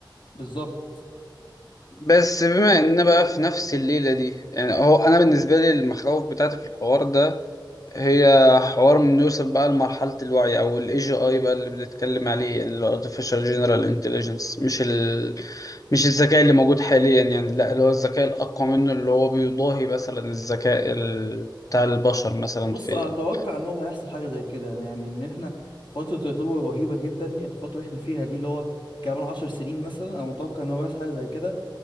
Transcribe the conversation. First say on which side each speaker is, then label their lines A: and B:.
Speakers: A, on the left (about 70°); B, on the left (about 45°).
A: بالظبط
B: بس بما إننا بقى في نفس الليلة دي يعني هو أنا بالنسبة لي المخاوف بتاعتي في الحوار ده هي حوار من نوصل بقى لمرحلة الوعي أو ال AGI بقى اللي بنتكلم عليه يعني ال Artificial General Intelligence مش ال مش الذكاء اللي موجود حاليا يعني لا اللي هو الذكاء الأقوى منه اللي هو بيضاهي مثلا الذكاء ال... بتاع البشر مثلا
A: بص
B: في
A: انا
B: ال...
A: اتوقع ان هو هيحصل حاجه زي كده يعني ان احنا فتره الرطوبه رهيبه جدا الفتره اللي احنا فيها دي اللي هو كمان 10 سنين مثلا انا متوقع ان هو هيحصل حاجه زي كده